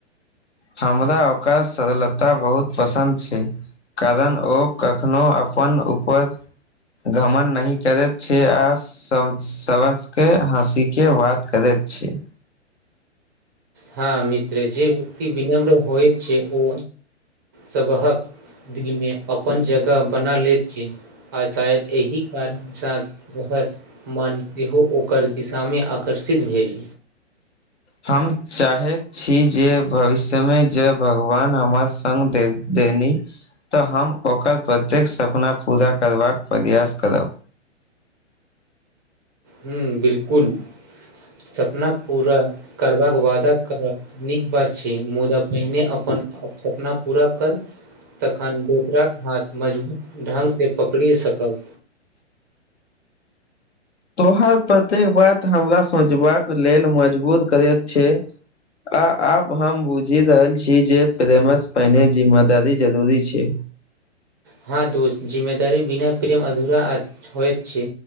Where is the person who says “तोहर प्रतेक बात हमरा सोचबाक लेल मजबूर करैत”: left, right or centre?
Left